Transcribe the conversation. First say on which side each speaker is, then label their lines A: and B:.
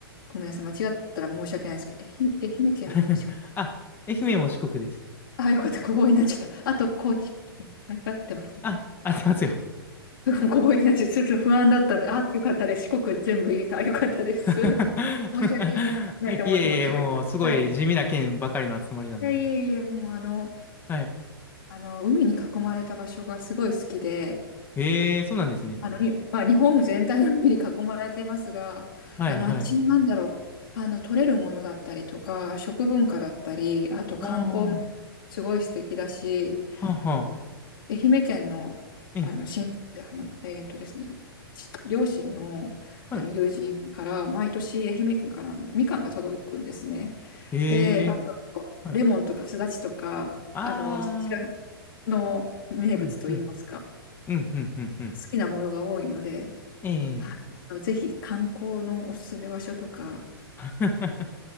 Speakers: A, on the left; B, on the left.
A: ごめんなさい、間違ったら申し訳ないですけど、えひ愛媛県も四国。
B: <laughs> あ、愛媛も四国です。
A: あ、よかった、ここになっちゃった。あと、高知県。わかってます。
B: あ、合ってますよ。
A: <laughs> ここになってちょっと不安だったので、あ、よかったです。四国全部言えた。よかったです。
B: <laughs>
A: 申し訳な、ないと思って間違えたら。
B: いえいえ、もう、すごい地味な県ばかりの集まりなんで。
A: はい。いやいえいえ、もうあの、
B: はい。
A: あの、海に囲まれた場所がすごい好きで、
B: ええ、そうなんですね。
A: あの、に、まあ、日本全体の海に囲まれてますが、
B: はい、
A: あの、
B: はい。
A: あっちのなんだろう、あの、取れるものだったりとか、食文化だったり、あと観光、
B: ああ、は
A: すごい素敵だし、
B: あ、はあ。
A: あの愛媛県の、
B: ええ、
A: あの、親あの、えーとですね、ち両親の、
B: はい。
A: あの友人から毎年愛媛県からあのみかんが届くんですね。
B: ええ、
A: で、あと
B: はい。
A: レモンとかすだちとかあのそちら
B: ああ、
A: の名物といいますか
B: うん、うん、うん、うん、うん、うん。
A: 好きなものが多いので、
B: ええ
A: はい、あのぜひ観光のおすすめ場所とか
B: <laughs>